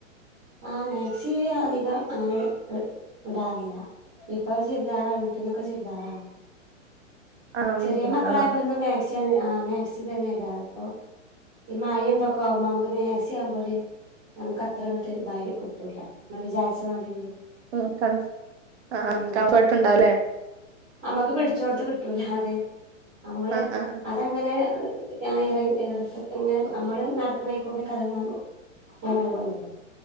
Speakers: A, on the right; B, on the right.
A: ആഹ് മാക്സി അ അധികം അങ്ങനെ എ ഇടാറില്ല ഇപ്പൊ അത് ചുരിദാറാ വീട്ടിൽന്നൊക്കെ ചുരിദാറാണ്
B: ആ
A: ചെറിയ മക്കളായപ്പോ
B: ആ
A: എന്നും മാക്സി ആണ് ആഹ് മാക്സി തന്നെ ഇടാറ് ഇപ്പൊ ഈ മയിം ഇതൊക്കെ ആവുമ്പം നമ്മക്ക് മാക്സി ആവുമ്പോ ഒര് നമുക്ക് അത്രങ്ങ ട്ട് ഇതായി കിട്ടൂല നമ്മ വിചാരിച്ച മാതിരി
B: ഉം കൺഫ് ആഹ്
A: ഉം
B: കംഫർട്ട് ഉണ്ടാവുലേ
A: നമ്മക്ക് പിടിച്ചോട്ത്ത് കിട്ടൂല അതെ നമ്മള്
B: ആ ആ
A: അതങ്ങനെ ആഹ് ഇറ എറക്ക അങ്ങനെ നമ്മള് നടക്കണേക്കൂടെ കറങ്ങാൻ ഓ <unintelligible> ല്ലേ